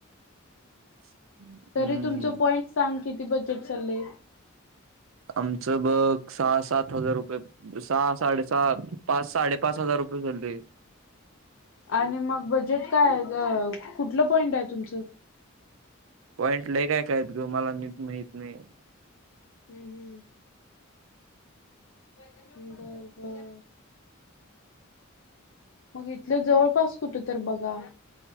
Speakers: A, on the right; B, on the left.
A: <unintelligible> हम्म
B: तरी तुमचं पॉइंट सांग. किती बजेट चाललंय?
A: आमचं बघ सहा, सात हजार रुपये. सहा, साडे सहा पाच, साडेपाच हजार रुपये झालयं.
B: आणि मग बजेट काय अ कुठलं पॉइंट आहे तुमचं?
A: पॉईंट लई काय काय हाईत गं मला निट माहीत नाहीये.
B: हम्म, हम्म‌. बर, बर. मग इथलं जवळपास कुठं तर बघा.